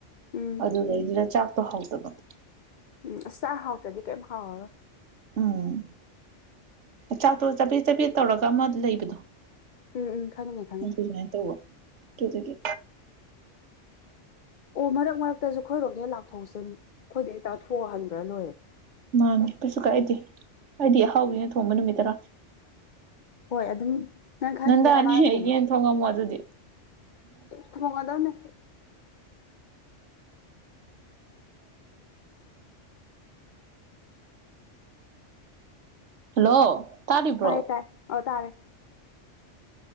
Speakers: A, on the left (about 50°); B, on the right (about 70°).
A: ꯎꯝ
B: ꯑꯗꯨꯗꯩꯗꯨꯗ ꯆꯥꯛꯇꯣ ꯍꯥꯎꯇꯕ
A: ꯎꯝ ꯑꯁ ꯆꯥꯛ ꯍꯥꯎꯇ꯭ꯔꯗꯤ ꯀꯩꯝ ꯍꯥꯎꯔꯔꯣꯏ
B: ꯎꯝ ꯆꯥꯛꯇꯣ ꯆꯕꯦꯠ ꯆꯕꯦꯠ ꯇꯧꯔꯒ ꯑꯃ ꯂꯩꯕꯗꯨ
A: ꯎꯝ ꯎꯝ ꯈꯪꯉꯤꯅꯦ ꯈꯪꯉꯤꯅꯦ
B: ꯑꯗꯨ ꯑꯗꯨꯃꯥꯏꯟ ꯇꯧꯕ ꯀꯦꯇꯨꯒꯤ
A: ꯑꯣ ꯃꯔꯛ ꯃꯔꯛꯇꯁꯨ ꯑꯩꯈꯣꯏꯔꯣꯝꯗ ꯍꯦꯛ ꯂꯥꯛꯊꯣꯛꯁꯦ ꯑꯩꯈꯣꯏꯗꯩ ꯍꯦꯛ ꯆꯥꯊꯣꯛꯑꯒ ꯍꯟꯒ꯭ꯔꯥ ꯂꯣꯏꯔꯦ
B: ꯃꯥꯅꯤ ꯀꯩꯁꯨ ꯀꯥꯏꯗꯦ ꯑꯩꯗꯤ ꯑꯍꯥꯎꯕꯤꯅ ꯊꯣꯡꯕ ꯅꯨꯃꯤꯠꯇ ꯂꯥꯛꯁꯤ
A: ꯍꯣꯏ ꯑꯗꯨꯝ ꯅꯪ ꯈꯪꯉꯤꯗꯅ
B: ꯅꯟꯗꯥꯅꯤ
A: ꯃꯥꯅ ꯊꯣꯡꯕ
B: ꯌꯦꯟ ꯊꯣꯡꯉꯝꯃꯣ ꯑꯗꯨꯗꯤ
A: ꯊꯣꯡꯉꯗꯝꯅꯦ
B: ꯍꯜꯂꯣ ꯇꯥꯔꯤꯕ꯭ꯔꯣ
A: ꯇꯥꯏ ꯇꯥꯏ ꯑꯥ ꯇꯥꯔꯦ